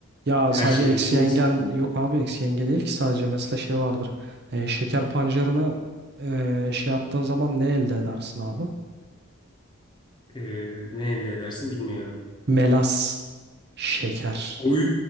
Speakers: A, on the right; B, on the left.
A: Ya
B: her
A: sadece
B: şeyi
A: eksi
B: bildiğin
A: yengen
B: için.
A: yok abi eksi yenge değil ki sadece mesela şey vardır. E, şeker pancarına e, şey yaptığın zaman ne elde edersin abi?
B: Ee, ne elde edersin bilmiyorum.
A: Melas. Şeker.
B: Oy!